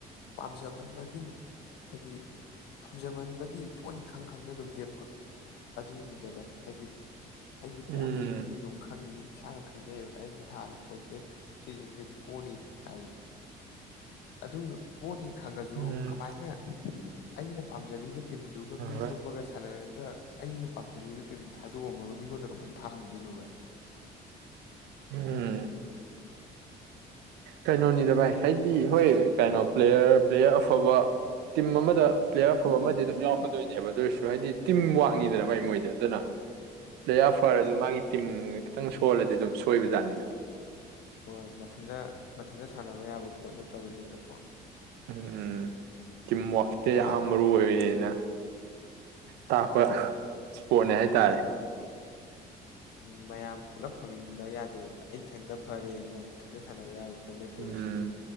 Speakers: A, on the left; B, on the right.
A: ꯄꯥꯝꯖꯃꯟꯕꯒꯤ ꯍꯥꯏꯗꯤ ꯄꯥꯝꯖꯃꯟꯕꯒꯤ ꯄꯣꯠꯅꯤ ꯈꯪ ꯈꯪꯅ ꯑꯗꯨꯝ ꯂꯦꯞꯄꯣ ꯑꯗꯨꯅꯤꯗ ꯚꯥꯏ ꯍꯥꯏꯗꯤ ꯑꯩꯗꯤ ꯄꯣꯠꯅꯦꯁꯤꯗꯤ
B: ꯎꯝ
A: ꯑꯗꯨꯝ ꯈꯪꯉꯤ ꯏꯁꯥꯅ ꯈꯪꯖꯩꯑꯕ ꯑꯩꯅ ꯊꯥꯔꯤꯕ ꯄꯣꯠꯁꯦ ꯁꯤꯗꯤ ꯄꯣꯅꯤ ꯍꯥꯏꯔꯤꯕ ꯑꯗꯨ ꯄꯣꯅꯤ ꯈꯪꯉꯁꯨ
B: ꯎꯝ
A: ꯀꯃꯥꯏꯅ ꯑꯩꯅ ꯄꯥꯝꯖꯔꯤꯕ ꯇꯤꯝꯗꯨꯒ ꯃꯤꯇꯣꯛꯄꯒ
B: ꯍꯣꯏ
A: ꯁꯅ ꯑ ꯑꯩꯅ ꯄꯥꯝꯖꯔꯤꯕꯕ ꯇꯤꯝꯗ ꯊꯥꯗꯣꯛꯑꯝꯃꯒ ꯃꯤꯉꯣꯟꯗ ꯀꯃꯥꯏꯅ ꯊꯥꯔꯗꯣꯏꯅꯣ ꯚꯥꯏ
B: ꯎꯝ ꯀꯩꯅꯣꯅꯤꯗ ꯚꯥꯏ ꯍꯥꯏꯗꯤ ꯍꯣꯏ ꯀꯩꯅꯣ ꯄ꯭ꯂꯦꯌꯔ ꯄ꯭ꯂꯦꯌꯔ ꯑꯐꯕ ꯇꯤꯝ ꯑꯃꯗ ꯄ꯭ꯂꯦꯌꯔ ꯑꯐꯕ ꯑꯃꯗꯤ ꯑꯗꯨꯝ ꯌꯥꯎꯔꯛꯀꯗꯣꯏꯅꯦꯕ ꯑꯗꯨꯔꯁꯨ ꯍꯥꯏꯗꯤ ꯇꯤꯝ ꯋꯥꯛꯅꯤꯗꯅ ꯚꯥꯏ ꯃꯣꯏꯗꯤ ꯑꯗꯨꯅ ꯄ꯭ꯂꯦꯌꯔ ꯐꯔꯁꯨ ꯃꯥꯒꯤ ꯇꯤꯝ ꯈꯤꯇꯪ ꯁꯣꯜꯂꯗꯤ ꯑꯗꯨꯝ ꯁꯣꯏꯕꯖꯥꯠꯅꯤꯅꯦ
A: ꯍꯣꯏ ꯃꯊꯟꯗ ꯃꯊꯟꯇ ꯁꯥꯟꯅꯕ ꯌꯥꯕ ꯄꯣꯠ ꯅꯠꯇꯕꯅꯤꯅꯀꯣ
B: ꯎꯝ ꯇꯤꯝꯋꯥꯛꯁꯦ
A: ꯍꯥꯏꯗꯤ ꯃꯌꯥꯝ
B: ꯌꯥꯝ ꯃꯔꯨ ꯑꯣꯏꯌꯦꯅ ꯇꯥꯛꯄ ꯏꯁꯄꯣꯠꯅꯦ ꯍꯥꯏꯇꯥꯔꯦ
A: ꯎ ꯃꯌꯥꯝ ꯄꯨꯂꯞ ꯐꯝꯃꯤꯟꯗ ꯌꯥꯗꯦꯕ ꯑꯩ ꯏꯊꯟꯇ ꯐꯔꯦꯅ ꯏꯊꯟꯇ ꯁꯥꯟꯅꯕ ꯌꯥꯕ ꯄꯠ ꯅꯠꯇꯦꯕ
B: ꯎꯝ
A: ꯁꯤꯗꯤ